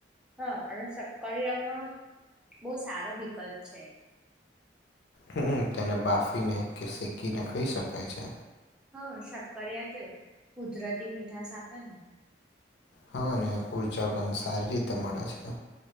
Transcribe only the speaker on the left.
હમ્મ તેને બાફીને કે શેકીને ખાઈ શકાય છે.
હા અને ઉર્જા પણ સારી રીતે મળે છે.